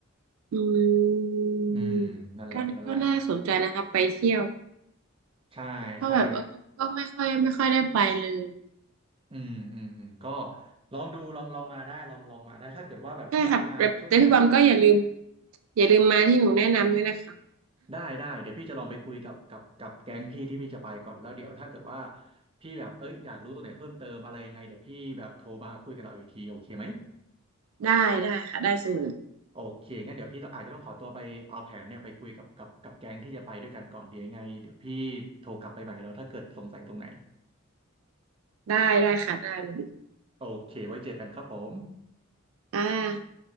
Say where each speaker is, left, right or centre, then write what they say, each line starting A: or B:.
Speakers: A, on the right; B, on the right.
A: อืม
B: อืมนั่นแหละนั่นแหละ
A: ก็ก็น่าสนใจนะคะไปเที่ยว
B: ใช่ใช่
A: เพราะแบบว่าก็ก็ไม่ค่อยไม่ค่อยได้ไปเลย
B: อืมอืมอืมก็ลองดูลองลองมาได้ลองลองมาได้ถ้าเกิดว่าแบบอยากมาช่วงไหน
A: ใช่ค่ะแต่แต่พี่บอมก็อย่าลืมอย่าลืมมาที่หนูแนะนำด้วยนะคะ
B: ได้ได้เดี๋ยวพี่จะลองไปคุยกับกับกับแก๊งพี่ที่พี่จะไปก่อนแล้วเดี๋ยวถ้าเกิดว่าพี่แบบเอ้ยอยากรู้ตัวไหนเพิ่มเติมอะไรยังไงเดี๋ยวพี่แบบโทรมาคุยกับเราอีกทีโอเคไหม
A: <laughs> ได้ได้ค่ะได้เสมอ
B: โอเคงั้นเดี๋ยวพี่ต้องอาจจะต้องขอตัวไปเอาแผนเนี่ยไปคุยกับกับกับแก๊งที่จะไปด้วยกันก่อนเดี๋ยวยังไงเดี๋ยวพี่โทรกลับไปใหม่เนาะถ้าเกิดสงสัยตรงไหน
A: ได้ได้ค่ะได้เลย
B: โอเค ไว้เจอกันครับผม
A: อ่า